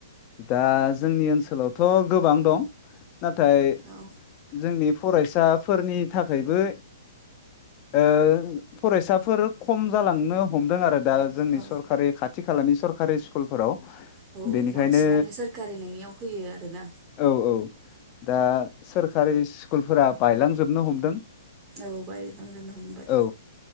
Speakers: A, on the left; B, on the right.
A: दा जोंनि ओनसोलावथ' गोबां दं नाथाय
B: औ
A: जोंनि फरायसाफोरनि थाखायबो ओ फरायसाफोर खम जालांनो हमदों आरो दा जोंनि
B: औ
A: सरकारि खाथि खालानि सरक कारि स्कुलफोराव
B: औ
A: बेनिखायनो
B: बांसिनानो सोरखारि नङियाव होयो आरोना
A: औ औ दा सोरखारि सि स्कुलफोरा बायलांजोबनो हमदों
B: औ बायलांजोबनो हमबाय
A: औ